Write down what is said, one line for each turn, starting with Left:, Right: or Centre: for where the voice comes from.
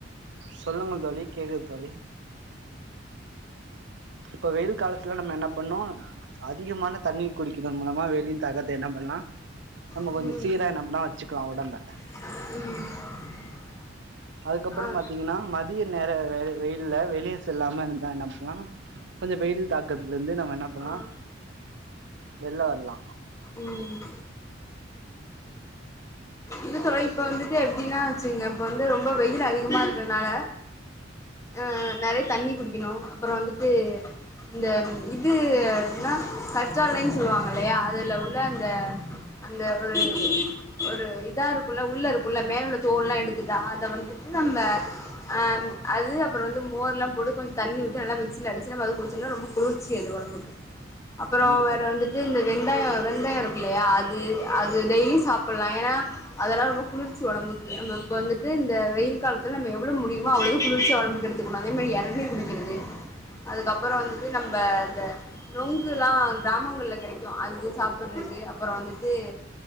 Right: சொல்லுங்க தோழி கேக்குது தோழி இப்போ வெயில் காலத்துல நம்ம என்ன பண்ணு அதிகமான தண்ணீ குடிக்கதன் மூலமா வெளி தகர்த்து என்ன பண்லா நம்ம
Left: ம்
Right: கொஞ்சோ சீர ன்னம்னா வச்சுக்கலா உடம்ப
Left: <inaudible>
Right: அதுக்கப்றோ
Left: ஆ
Right: பாத்தீங்கனா மதிய நேர வெயில்ல வெளிய செல்லாம இருந்தா என்ன பண்லா கொஞ்சோ வெயில் தாக்கத்துல இருந்து நம்ம என்ன பண்லா
Left: ஆ
Right: வெள்ள வரலா
Left: ம் இல்ல தோழி இப்போ வந்துட்டு ல்ல ல்ல தொழி எப்டின்னா வச்சுங்க இப்ப வந்து ரொம்ப வெயில் அதிகமா இருக்கறனால ஆ நறயா தண்ணி குடிக்கணு அப்றோ வந்துட்டு இந்த இது என்னா கற்றாலைனு சொல்லுவாங்க இல்லயா அதுல உள்ள அந்த அந்த ஒரு ஒரு இதா இருக்குல்ல உள்ள இருக்குல்ல மேல உள்ள தோல் எல்லா எடுத்துட்டா அத வந்துட்டு நம்ம ஆ அது அப்றோ வந்து மோர்லா போடு கொஞ் தண்ணி ஊத்தி நல்லா மிக்சில அடிச்சு நம குடுச்சோனா ரொம்ப குளிர்ச்சி அது ஒடம்புக்கு அப்றோ
Right: கண்டிப்பா
Left: வேற வந்துட் டு இது வெந்தாயோ வெந்தயோ இருக்குல்லையா அது அது டெய்லி சாப்லா ஏன்னா அதெல்லா ரொம்ப குளிர்ச்சி ஒடம்புக்கு நம்ம இப்ப வந்துட்டு இந்த வெயில் காலத்துல நம்ம எவ்ளோ முடியுமோ அவ்ளு குளிர்ச்சி ஒடம்புக்கு எடுத்துக்கணு அதே மாரி எளநீர் குடிகறது அதுக்கப்றோ வந்துட்டு நம்ப இந்த நொங்குலா கிராமங்கள்ல கெடைக்கு அது சாப்ட்றது அப்பறோ வந்துட்டு